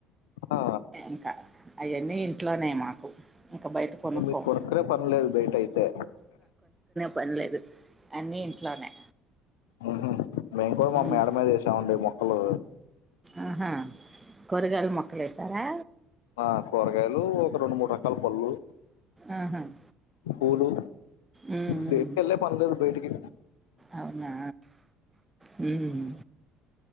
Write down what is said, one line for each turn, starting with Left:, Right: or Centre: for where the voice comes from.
Left: ఆ,
Right: ఇంకా అయ్యాన్నీ ఇంట్లోనే మాకు బయట కొనుక్కోం
Left: మీరు కొనుక్కునే పన్లేదు బయటైతే
Right: పన్లేదు అన్నీ ఇంట్లోనే
Left: ఉహు మేము కూడా మా
Right: మ్మ్
Left: మేడ మీద ఎసామండి మొక్కలు
Right: ఆహా కూరగాయల మొక్కలు ఏసారా
Left: ఆ కూరగాయలూ ఒక రొండు మూడు రకాల పళ్ళు
Right: ఆహా హమ్
Left: పూలు
Right: ఉమ్మ్ మ్మ్
Left: దేనికెళ్ళే పని లేదు బయటికి
Right: అవునా హమ్